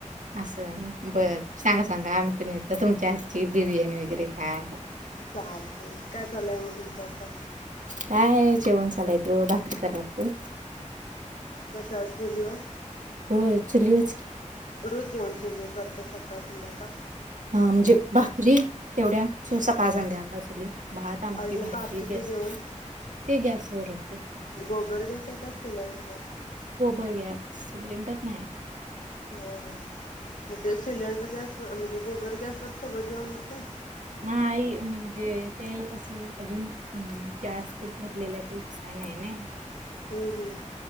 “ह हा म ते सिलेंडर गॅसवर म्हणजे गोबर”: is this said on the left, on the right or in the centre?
Left